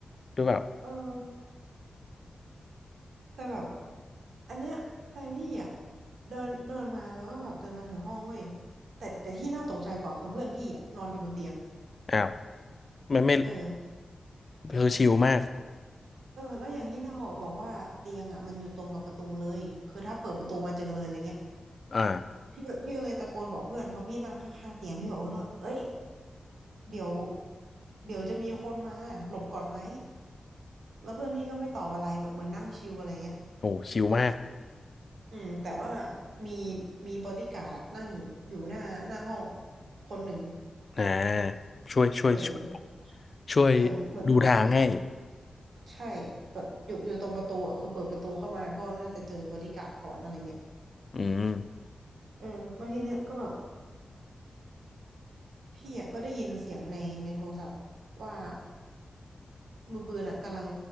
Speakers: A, on the left (about 50°); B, on the right (about 75°).
A: หรือเปล่า
B: เออ แต่แบบอันเนี้ยแฟนพี่อ่ะเดินเดินมาแล้วก็แบบเดินมาถึงห้องเว้ยแต่แต่ที่น่าตกใจกว่าคือเพื่อนพี่อ่ะนอนอยู่บนเตียง
A: อ้าวไม่ไม่
B: เออ
A: คือชิลมาก
B: เออแล้วอย่างที่เล่าอะบอกว่าเตียงอ่ะมันอยู่ตรงกับประตูเลยคือถ้าเปิดประตูมาเจอเลยอะไรเงี้ย
A: อ่า
B: พี่ก็พี่ก็เลยตะโกนบอกเพื่อนเพราะพี่นั่งข้างๆเตียงพี่บอกเพื่อนว่าเอ้ยเดี๋ยวเดี๋ยวจะมีคนมาหลบก่อนไหมแล้วเพื่อนพี่ก็ไม่ตอบอะไรแบบเหมือนนั่งชิลอะไรเงี้ย
A: โอ้ชิลมาก
B: อืมแต่ว่ามีมีบอดี้การ์ดอะนั่งอยู่อยู่หน้าหน้าห้องคนหนึ่ง
A: อ่าช่วยช่วยช่วย
B: เออ
A: ช่วย
B: เออเหมือนอืม
A: ดูทางให้
B: ใช่แบบอยู่อยู่ตรงประตูอ่ะคือเปิดประตูเข้ามาก็น่าจะเจอบอดี้การ์ดก่อนอะไรเงี้ย
A: อืม
B: เออแล้วทีเนี้ยก็แบบพี่อ่ะก็ได้ยินเสียงในในโทรศัพท์ว่ามือปืนอ่ะกำลัง